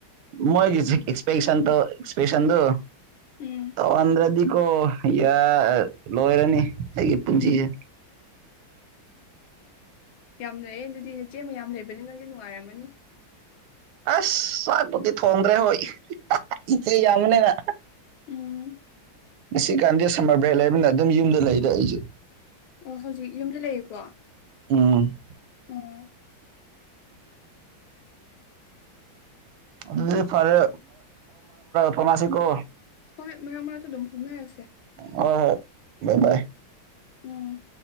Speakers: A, on the right; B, on the left.
A: ꯃꯁꯤ ꯑꯦꯛꯁꯄꯦꯛꯁꯟ ꯇꯣ ꯑꯦꯛꯁꯄꯦꯁꯟꯗꯨ
B: ꯎꯝ
A: ꯇ ꯑꯟꯗ꯭ꯔꯗꯤꯀꯣ ꯌꯥ ꯂꯣꯏꯔꯅꯤ ꯑꯩꯒꯤ ꯄꯨꯟꯖꯤꯁꯦ
B: ꯎꯝ ꯌꯥꯝꯅꯑꯦ ꯑꯗꯨꯗꯤ ꯅꯆꯦꯃ ꯌꯥꯝ ꯂꯩꯕꯅꯤ ꯅꯪꯗꯤ ꯅꯨꯡꯉꯥꯏꯔꯝꯃꯅꯤ
A: ꯑꯁ ꯁ꯭ꯋꯥꯠꯄꯨꯗꯤ ꯊꯣꯡꯗ꯭ꯔꯦ ꯍꯣꯏ ꯏꯆꯦ ꯌꯥꯝꯕꯅꯤꯅ
B: ꯎꯝ
A: ꯉꯁꯤ ꯒꯥꯟꯙꯦ ꯁꯃ ꯔꯕ꯭ꯔꯦꯜ ꯂꯩꯕꯅ ꯑꯗꯨꯝ ꯌꯨꯝꯗ ꯂꯩꯗ ꯑꯩꯁꯦ
B: ꯑꯣ ꯍꯧꯖꯤꯛ ꯌꯨꯝꯗ ꯂꯩꯔꯤꯕꯣ
A: ꯎꯝ
B: ꯎꯝ
A: ꯑꯗꯨꯗꯤ ꯐꯔꯦ ꯐꯃꯁꯤꯀꯣ
B: ꯍꯣꯏ ꯃꯔꯛ ꯃꯔꯛ ꯇꯥ ꯑꯗꯨꯨꯝ ꯐꯣꯎꯅꯔꯁꯦ
A: ꯍ ꯍꯣꯏ ꯏ ꯕꯌ꯭ꯦ ꯕꯌꯦ
B: ꯎꯝ